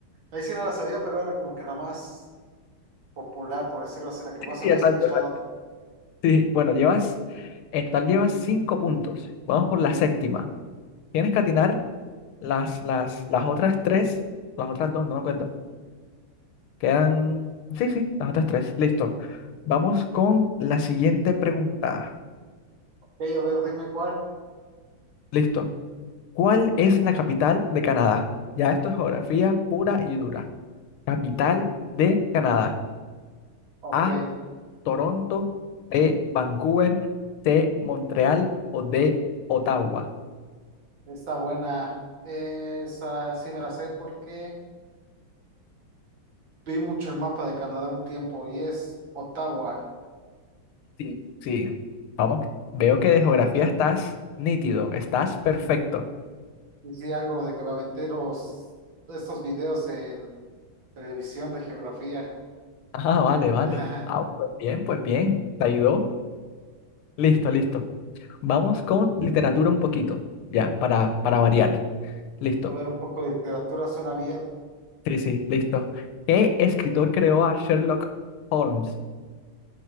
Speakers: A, on the right; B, on the left.
A: Ahí sí no la sabía, pero era como que la más popular, por decirlo así, la que
B: Sí,
A: más
B: sí,
A: había
B: exacto,
A: escuchado.
B: exacto. Sí, sí. bueno, llevas, en total llevas cinco puntos. Vamos por la séptima. Tienes que atinar las, las, las otras tres, las otras dos, no me acuerdo. Quedan, sí, sí, las otras tres. Listo. Vamos con la siguiente pregunta.
A: Ok, a ver, dime cuál.
B: Listo. ¿Cuál es la capital de Canadá? Ya esto es geografía pura y dura. Capital de Canadá.
A: Ok,
B: A, Toronto, B, Vancouver, C, Montreal o D, Ottawa.
A: está buena. Esa sí me la sé porque vi mucho el mapa de Canadá un tiempo y es Ottawa.
B: Sí, sí. Vamos, veo que de geografía estás nítido, estás perfecto.
A: Y sí, algo de que me aventé los, estos videos en televisión de geografía.
B: <laughs> Ah, vale, vale.
A: <laughs>
B: Ah, pues bien, pues bien. Te ayudó. Listo, listo. Vamos con literatura un poquito, ya, para, para variar. Listo.
A: A ver, un poco de literatura suena bien.
B: Sí, sí, listo. ¿Qué escritor creó a Sherlock Holmes?